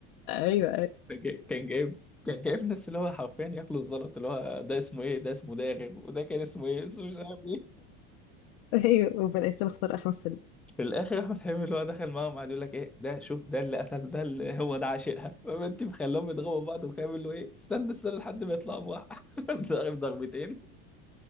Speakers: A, on the left; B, in the centre.
A: ايوه ايوه
B: فج- كان جايب كان جايب ناس اللي هو حرفيا ياكلوا الزلط اللي هو ده اسمه ايه ده اسمه داغر وده كان اسمه ايه اسمه مش عارف
A: <laughs> ايوه وبدأ يصير اختار احمد سعيد
B: في الاخر احمد حلمي اللي هو دخل معاهم قعد يقول لك ايه ده شوف ده اللي قتل ده اللي هو ده عاشقها فما انت مخليهم يضربوا بعض وكامل اللي هو ايه استنى استنى لحد ما يطلعوا بواحد <laughs> ضارب ضربتين